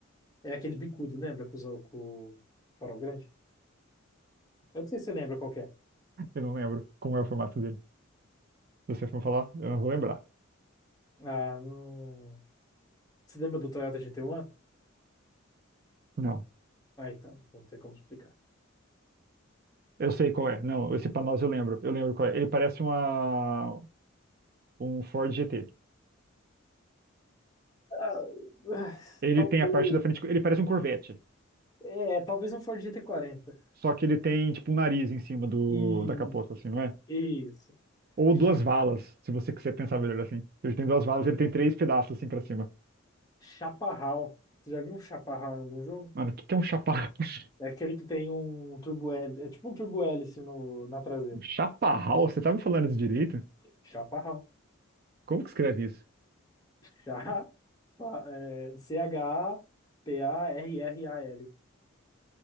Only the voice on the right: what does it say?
Eu não lembro como é o formato dele. Se você for falar, eu não vou lembrar.
Não.
Eu sei qual é. Não, esse Panos eu lembro. Eu lembro qual é. Ele parece uma, um Ford GT.
Ele
tem a parte da frente. Ele parece um Corvette.
Só que ele tem, tipo, um nariz em cima do,
da capota, assim, não é?
Ou
duas valas, se você quiser pensar melhor assim. Ele tem duas valas, ele tem três pedaços assim pra cima.
Mano, o que que é um chaparral? <laughs>
Um chaparral? Você tá me falando isso direito?
Como que escreve isso?